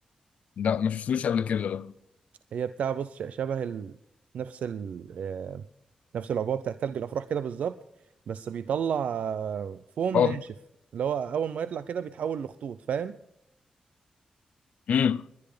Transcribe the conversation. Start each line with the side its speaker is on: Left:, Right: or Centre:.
Left: لا ما شفتوش قبل كده ده
Right: هي بتاع بص ش- شبه ال... نفس ال... آه، نفس العبوه بتاع تلج الافراح كده بالظبط بس بيطلع آه، فوم
Left: اه
Right: ناشف اللي هو اول ما يطلع كده بيتحول لخطوط فاهم
Left: امم